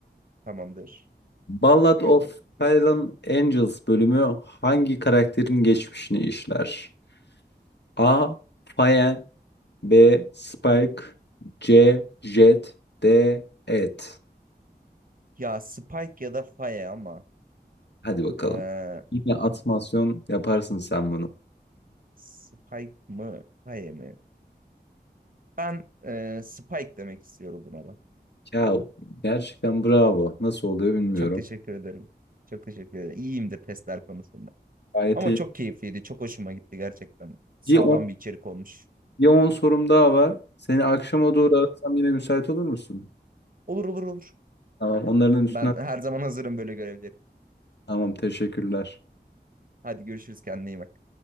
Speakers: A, on the right; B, on the left.
A: Tamamdır.
B: Ballad of Fallen Angels bölümü hangi karakterin geçmişini işler? A. Faye B. Spike C. Jet D. Ed
A: Ya Spike ya da Faye ama
B: Hadi bakalım.
A: e,
B: Yine atmasyon yaparsın sen bunu.
A: Spike mı Faye mi? Ben e, Spike demek istiyorum buna da.
B: Ya gerçekten bravo. Nasıl oluyor bilmiyorum.
A: Çok teşekkür ederim. Çok teşekkür ederim. İyiyimdir testler konusunda.
B: Gayet
A: Ama
B: iyi.
A: çok keyifliydi. Çok hoşuma gitti gerçekten. Sağlam
B: Bir on
A: bir içerik olmuş.
B: bir on sorum daha var. Seni akşama doğru arasam yine müsait olur musun?
A: Olur olur olur.
B: Tamam onların üstüne.
A: Ben her zaman hazırım böyle görevler için.
B: Tamam teşekkürler.
A: Hadi görüşürüz. Kendine iyi bak.